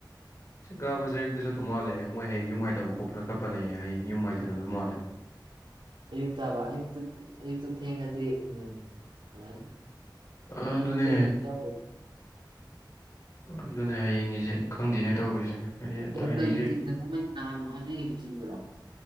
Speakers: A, on the left (about 40°); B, on the right (about 85°).
A: ꯁꯤꯡ ꯀꯥꯕꯁꯦ ꯑꯌꯨꯛꯇꯁꯨ ꯑꯗꯨꯝ ꯃꯥꯜꯂꯦ ꯃꯣꯏ ꯍꯌꯦꯡ ꯌꯨꯝ ꯍꯩꯊꯕ ꯈꯣꯠꯄꯅ ꯈꯠꯄꯅ ꯍꯌꯦ ꯍꯌꯦꯡ ꯌꯨꯝ ꯍꯩꯗꯅ ꯑꯗꯨꯝ ꯃꯥꯜꯂꯦ
B: ꯑꯌꯨꯛ ꯇꯕ ꯑꯌꯨ ꯑꯌꯨꯛꯇꯨ ꯊꯦꯡꯉꯗꯤ ꯎꯝ ꯑ
A: ꯑꯗꯨꯅꯦ
B: ꯈ ꯐꯦꯁ ꯌꯥ
A: ꯑꯗꯨꯅꯦ ꯍꯌꯦꯡꯉꯤꯁꯦ ꯈꯪꯗꯦꯅꯦ ꯇꯧꯔꯤꯁꯦ ꯍꯌꯦ- ꯍꯌꯦꯡꯁꯦ
B: ꯀꯩ ꯆꯤꯡꯗꯅ ꯃꯣꯏ ꯍꯨ ꯍꯥꯏꯅꯈꯤꯕ ꯆꯤꯡꯕꯔꯣ